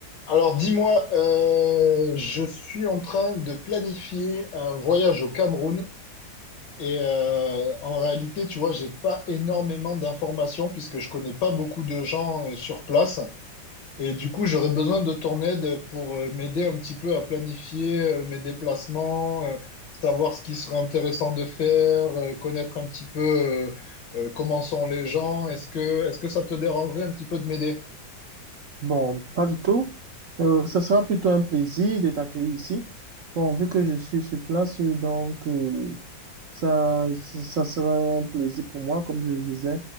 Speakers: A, on the left (about 65°); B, on the right (about 50°).
A: Alors dis-moi, euh, je suis en train de planifier un voyage au Cameroun et euh, en réalité, tu vois, j'ai pas énormément d'informations puisque je connais pas beaucoup de gens euh, sur place et du coup, j'aurais besoin de ton aide pour euh, m'aider un petit peu à planifier euh, mes déplacements, euh, savoir ce qui serait intéressant de faire, euh, connaître un petit peu euh, euh, comment sont les gens. Est-ce que est-ce que ça te dérangerait un petit peu de m'aider?
B: Bon, pas du tout. Euh, ça sera plutôt un plaisir de t'accueillir ici. Bon, vu que je suis sur place, euh, donc euh, ça, ça ça sera un plaisir pour moi, comme je le disais,